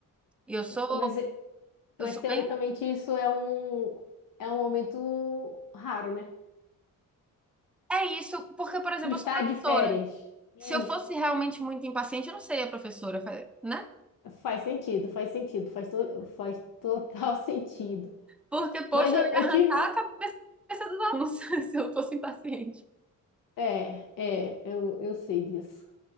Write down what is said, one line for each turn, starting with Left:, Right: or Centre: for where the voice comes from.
Centre: E eu sou,
Left: Mas, é-
Centre: eu
Left: mas
Centre: sou
Left: teoricamente
Centre: bem.
Left: isso é um, é um momento raro, né?
Centre: É isso, porque, por exemplo,
Left: Tu está
Centre: eu sou professora.
Left: de férias. Isso.
Centre: Se eu fosse realmente muito impaciente, eu não seria professora, né?
Left: Faz sentido, faz sentido, faz, to, faz total <laughs> sentido.
Centre: Porque, poxa,
Left: Mas eu,
Centre: eu ia
Left: eu
Centre: arrancar
Left: tive.
Centre: a cabeça dos alunos <laughs> se eu fosse impaciente.
Left: É, é, eu, eu sei disso.